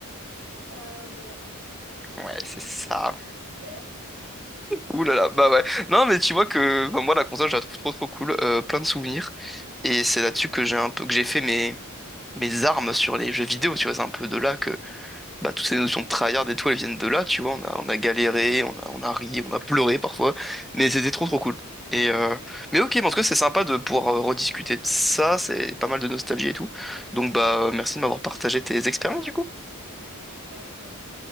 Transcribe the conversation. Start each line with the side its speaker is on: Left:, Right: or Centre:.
Right: Euh ouais
Centre: Ouais, c'est ça.
Right: j'espère.
Centre: Ouh là là, bah ouais. Non, mais tu vois que enfin, moi la console, je la trouve trop trop cool, euh, plein de souvenirs. Et c'est là-dessus que j'ai un peu que j'ai fait mes mes armes sur les jeux vidéo, tu vois, c'est un peu de là que bah toutes ces notions de tryhard et tout, elles viennent de là, tu vois. On a on a galéré, on a on a ri, on a pleuré parfois, mais c'était trop trop cool. Et euh, mais ok, mais en tout cas, c'est sympa de pouvoir euh, rediscuter de ça, c'est pas mal de nostalgie et tout. Donc bah merci de m'avoir partagé tes expériences du coup.
Right: Merci à toi.